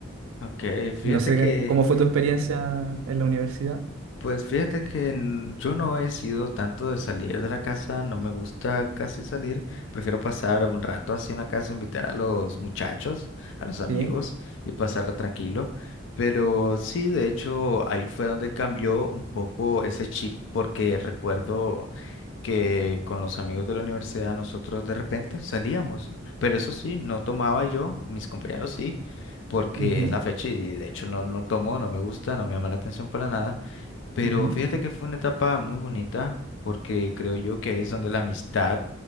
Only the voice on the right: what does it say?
no sé
qué- cómo fue tu experiencia en la universidad.
Sí.
ujú,
ujú.